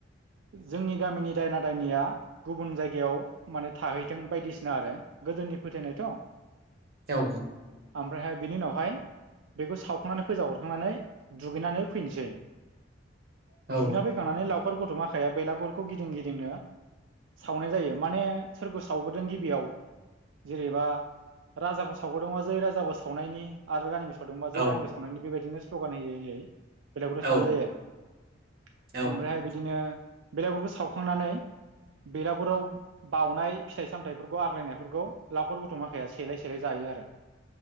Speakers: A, on the right; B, on the right.
A: जोंनि गामिनि दायना दायनिया गुबुन जायगायाव माने थाहैथों बायदिसिना आरो गोदोनि नि फोथायनायथ'
B: औ।
A: ओमफ्रायहाय बेनि उनावहाय बेखौ सावखांनानै फोजाव हरखांनानै दुगैनानै फैनोसै।
B: औ
A: दुगैना फैखांनानै लावखार गथ'माखाया बेलागुरखौ गिदिं गिदिंनो सावनाय जायो माने सोरखौ सावग्रोदों गिबियाव जेरैबा राजाखौ सावगदोंब जै राजाखौ सावनायनि आरो रानिखौसावदोंबा
B: औ
A: जै
B: औ
A: रानिखौसावनायनि बेबायदिनो स्ल'गान होयै होयै बेलागुरखौ
B: औ
A: सावनाय जायो आरो
B: औ
A: ओमफ्रायहाय बिदिनो बेलागुरखौ सावखांनानै बेलागुराव बावनाय फिथाइ सामथायाइफोरखौ आग्लायनायफोरखौ लाखर गथ' माखाया सेलाय सेलाय जायो। आरो